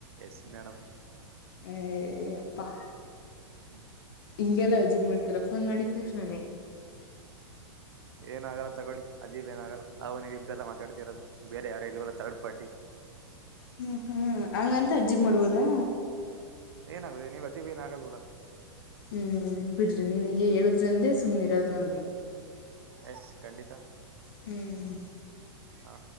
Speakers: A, on the right; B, on the left.
A: ಎಸ್ ಮೇಡಮ್
B: ಹ ಯಪ್ಪಾ
A: ಹ್ಮ
B: ಹಿಂಗೆಲ್ಲಾ ಎಜಿಂಗ್ ಮಾಡ್ತರ ಫೋನ್ ಮಾಡಿದ ತಕ್ಷಣಾನೇ
A: ಏನಾಗಲ್ಲ ತಗೊಳ್ಳಿ ಅಜೀಬ್ ಏನಾಗಲ್ಲ ನಾವು ನೀವು ಇಬ್ಡೆಲ್ಲ ಮಾತಾಡ್ತಿರೋದು ಬೇರೆ ಯಾರೇ ಇಲ್ವಲ್ಲ ತರ್ಡ್ ಪಾರ್ಟಿ
B: ಹ್ಮ ಹ್ಮ್ ಹಂಗಂತ ಅಜ್ಜಿಬ ಮಾಡ್ಬೋದಾ
A: ಏನ ಆಗಾಗಿದೆಿದೆ ನೀವುಜಿಗೆ ಏನ್ಗಲ್ವಲ್ಲ
B: ಹ್ಮ್ ಬಿಡ್ರಿ ನಿಮಗೆ ಹೇಳುದ್ರ ಅಂದೆ ಸುಮ್ ಇರೋದು ಅ
A: ಎಷ್ ಖಂಡಿತ
B: ಹ್ಮ್
A: ಹಾ